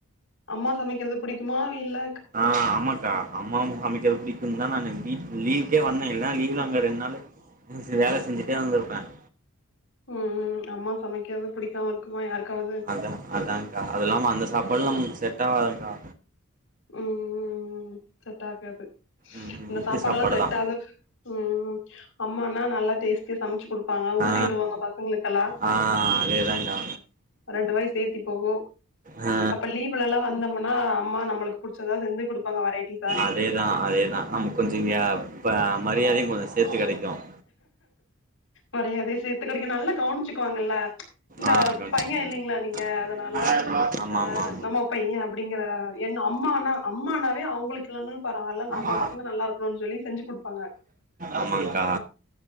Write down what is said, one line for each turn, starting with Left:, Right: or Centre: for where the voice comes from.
Left: அம்மா சமைக்கிறது புடிக்குமா வீட்ல
Right: ஆ அமாக்கா அம்மாவும் சமைக்கிறது பிடிக்கும்னு தான் நான் லீவுக்கே வந்தேன் இல்லான லீவ் தான் இன்னு ரெண்டு நாளு வேல செஞ்சுட்டே வந்திருப்பேன்
Left: ம் ம் அம்மா சமைக்கறது புடிக்காம இருக்குமா யாருக்காவது
Right: அதான் அதான்கா அத்தில்லாம அந்த சாப்பாடுல நமக்கு செட் ஆவாதுங்ககா
Left: ம் ம் ம் செட் ஆகாது
Right: ம் ம்,
Left: அந்த
Right: வீட்டு
Left: சாப்பாடுல்லாம்
Right: சாப்பாடு
Left: செட்
Right: தா
Left: ஆ ம் அம்மான நல்லா டேஸ்ட்டியா சமைச்சு குடு ப்பாங்க ஊட்டி
Right: ஆ
Left: விடுவாங்க பசங்களுக்கெல்லாம்
Right: ஆ அதேதான்க்கா
Left: ரெண்டு வாய் சேத்தி போகும்
Right: ஆ
Left: அப்ப லீவுல எல்லாம் வந்தோம்னா அம்மா நம்மளுக்கு புடிச்சதா செஞ்சு குடுப்பாங்க வெரைட்டிஸ்
Right: அதேதான் அதேதான் நமக்கு கொஞ்சம் இங்க மரியாதையும் கொஞ்சம் சேத்து கிடைக்கும்
Left: மரியாதையும் சேத்து கிடைக்கும் நல்ல கவனிச்சுக்குவாங்கல்ல இல்ல
Right: ஆ அட்வான்ஸ்
Left: பையன்
Right: குடுப்பாங்க
Left: இல்லைங்களா நீங்க அதனால
Right: ஆமா
Left: அ
Right: ஆமா
Left: நம்ம பையன் அப்படிங்கற என்ன அம்மனா அம்மனாவே அவங்களுக்கு இல்லன்னாலும் பரவாயில்ல நம்ம
Right: ஆமா
Left: பசங்க நல்லா இருக்கு னு சொல்லி செஞ்சு குடுப்பாங்க
Right: ஆமாங்க்கா